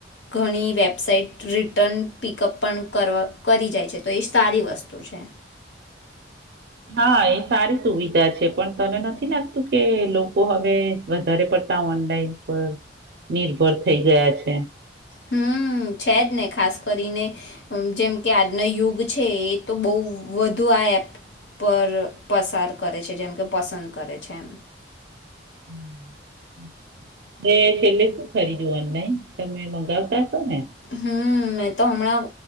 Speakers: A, on the left; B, on the right.
A: ઘણી વેબસાઇટ રિટર્ન પિકઅપ પણ કરવા કરી જાય છે તો એ સારી વસ્તુ છે
B: હા એ સારી સુવિધ છે પણ તને નથી લાગતું કે લોકો હવે વધારે પડતા ઓનલાઈન પર નિર્ભર થઈ ગયા છે? <inaudible>
A: હમ છે જ ને ખાસ કરીને જેમ કે આજના યુગ છે એ તો બહુ વધુ આ એપ પર પસાર કરે છે જેમ કે પસંદ કરે છે એમ
B: <inaudible> એ છેલ્લે શું ખરીદું ઓનલાઈન? તમે મંગાવતા હશો ને?
A: હમ મેં તો હમણાં